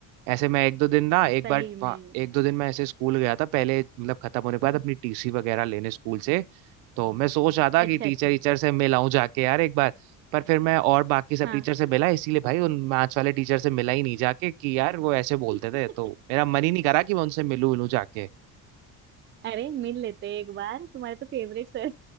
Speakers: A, on the right; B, on the right.
A: ऐसे मैं एक दो दिन ना एक
B: सही
A: बार
B: में
A: वहाँ- एक दो दिन मैं ऐसे स्कूल गया था पहले मतलब खत्म होने के बाद अपनी टीसी वगैरह लेने स्कूल से तो मैं सोच रहा था कि
B: अच्छा
A: टीचर
B: अच्छा
A: टीचर से मिल आऊं जाके यार एक बार पर फिर मैं और बाकी सब
B: हाँ
A: टीचर से मिला इसीलिए भाई उन मैथ्स वाले टीचर से मिला ही नहीं जाके कि यार वो ऐसे बोलते
B: <laughs>
A: थे तो मेरा मन ही नहीं करा कि मैं उनसे मिलूं मिलूं जाके
B: अरे मिल लेते एक बार तुम्हारे तो फेवरेट सर